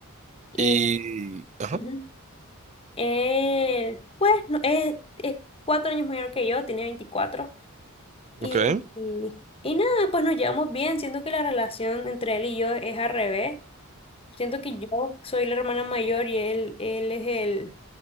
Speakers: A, on the left (about 25°); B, on the right (about 30°).
A: Y
B: Y... Ajá.
A: ujú, él, pues, no, es, es cuatro años mayor que yo, tiene veinticuatro Y,
B: Ok.
A: y, y nada, pues nos llevamos bien. Siento que la relación entre él y yo es al revés. Siento que yo soy la hermana mayor y él, él es el